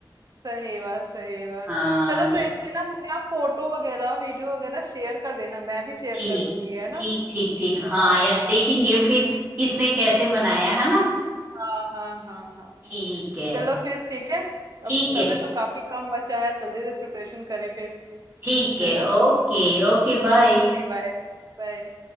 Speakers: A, on the right (about 45°); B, on the right (about 25°).
A: सही बात सही बात
B: हाँ
A: चलो
B: ये
A: तो इसके ना मुझे आप फोटो वगैरह वीडियो वगैरह शेयर कर देना मैं भी शेयर
B: ठीक
A: कर दूंगी है ना
B: ठीक ठीक ठीक
A: हाँ
B: हाँ यार
A: हाँ
B: देखेंगे फिर किसने कैसे मनाया है ना
A: हाँ हाँ हाँ हाँ
B: ठीक
A: हाँ
B: है
A: चलो फिर ठीक है
B: ठीक
A: अब तो समय
B: है
A: तो काफी कम बचा है जल्दी से प्रिपरेशन करें फिर
B: ठीक है
A: है ना
B: ओके Okay bye
A: Okay bye बाय